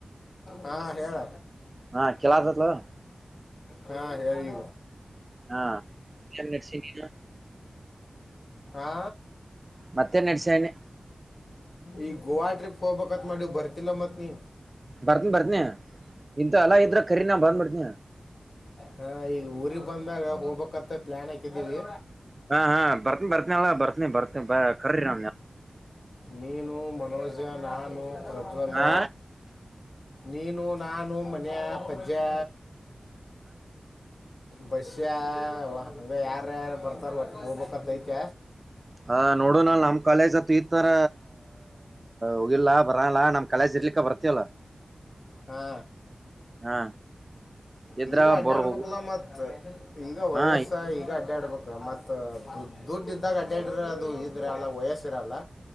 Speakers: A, on the left (about 55°); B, on the right (about 30°).
A: ಹಾ ಹೇಳ
B: ಹಾ ಕೆಲ ಅತಲ್ಲ
A: ಹಾ ಹೇಳಿ
B: ಹಾ ಮತ್ತೇನ್ ನಡ್ಸಿ ನೀನು
A: ಆಾ
B: ಮತ್ತೆ ನಡ್ಸೇನೆ
A: ಈ ಗೋವಾ ಟ್ರಿಪ್ ಹೋಗ್ಬೇಕತ್ ಮಾಡಿ ಬರ್ತಿಲ್ಲ ಮತ್ ನೀ
B: ಬರ್ತನಿ ಬರ್ತನಿ ಇಂತ ಅಲ ಇದ್ರಖರಿೀ ನಾ ಬರ್ಂದ್ ಬಿಡ್ತನಿ
A: ಹಾ ಈಗ ಊರಿಗೆಗ್ ಬಂದಾಗ ಹೋಗ್ಬೇಕಂತ ಪ್ಲಾನ್ ಹಾಕಿದವಿ
B: ಹಾ ಹಾ ಬರ್ನಿ ಬರ್ತನಿ ಅಲ್ಲ ಬರ್ತನಿ ಬರ್ತನಿ ಬ ಕರ್ರಿ ನ್
A: ನೀನು ಮನೋಜ ನಾನು ಪ್ರಜ್ವಲ್ಲ
B: ಹಾ
A: ನೀನು ನಾನು ಮನೆೆಯ ಪಜ್ಜೆ ಬಸ್ಸ ಹಂಗ ಯಾರ ಯಾರು ಬರ್ತಾರ ಒಟ್ಟ ಹೋಗ್ಬೇಕಂತ ಐತಿ
B: ಹ ನೋಡು ನ ನಮ ಕಾಲೇಜ್ ಹತ್ ಈತರ ಹೋಗಿಲ್ಲ ಬರಲ್ಲ ನಮ್ ಕಾಲೇಜ್ ಇರ್ಲಿಕ್ಕ ಬರ್ತವಲ್ಲ
A: ಹಾ
B: ಹಾ ಇದ್ರ
A: ಹಿಂಗ ಅಡ್ಡಾ
B: ಬರ್
A: ಆಡ್ಬೇಕಲ್ಲಾ
B: ಹೋಗ
A: ಮತ್ ಹಿಂಗ ವಯಸ್ಸ
B: ಹಾ
A: ಈಗ ಅಡ್ಡಾಡ್ಬೇಕ ಮತ್ತ ದು ದುಡ್ಡು ಇದ್ದಾಗ ಅಡ್ಡ್ಯಾಡ್ರ ಅದು ಇದ್ರೆ ಅಲ್ಲ ವಯಸ್ಸಿರಲ್ಲ